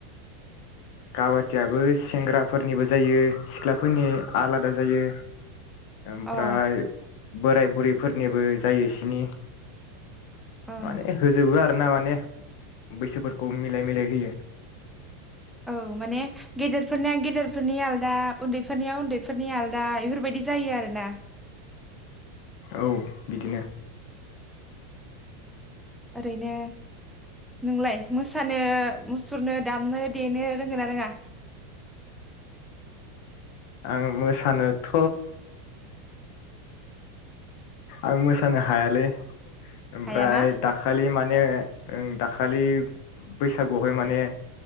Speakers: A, on the left; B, in the centre.
A: काबादियाबो सेंग्राफोरनिबो जायो सिख्लाफोरनि आलादा जायो। ओमफ्राय
B: अ
A: बोराय बुरैफोरनिबो जायोसनि
B: अ
A: माने होजोबो आरो ना माने बैसोफोरखौ मिलाय मिलाय होयो
B: औ माने गेदेरफोरनिया गेदेरफोरनि आलदा उन्दैफोरनिया उन्दैफोरनि आलदा बेफोरबायदि जायो आरोना।
A: औ बिदिनो!
B: ओरैनो नोंलाय मोसानो मुसुरनो दामनो देनो रोंङोना रोङा।
A: आं मोसानोथ' आं मोसानो हायालै ओमफ्राय
B: हायाना
A: दाखालि मा माने दाखालि बैसागुआवहाय माने